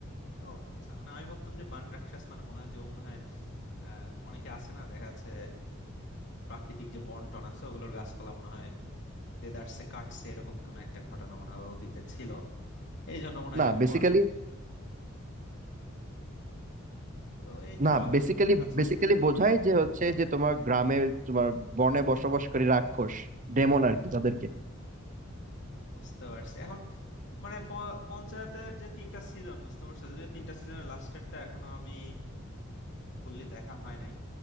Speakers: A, on the left; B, on the right.
A: ও আচ্ছা না আমি ভাবতাম যে বান রাক্ষস মানে মনে হয় যে ও মনে হয় আহ অনেকে আছে না দেখা যাচ্ছে প্রাকৃতিক যে বন টন আছে ওগুলোর গাছপালা মনে হয় দেদারসে কাটছে এরকম কোন একটা ঘটনা মনে হয় ওর অতীতে ছিল এই জন্য মনে হয়
B: না
A: এরকম
B: বেসিক্যালি
A: বলে তো এইটা
B: না বেসিক্যালি
A: আচ্ছা
B: বেসিক্যালি
A: আচ্ছা
B: বোঝায় যে হচ্ছে যে তোমার গ্রামে তোমার বনে বসবাসকারী রাক্ষস ডেমন আর কি তাদেরকে
A: বুঝতে পারছি এখন মানে প- পঞ্চায়েতের যে তিনটা সিজন বুঝতে পারছো যদিও তিনটা সিজনের লাস্টেরটা এখনো আমি ফুললি দেখা হয় নাই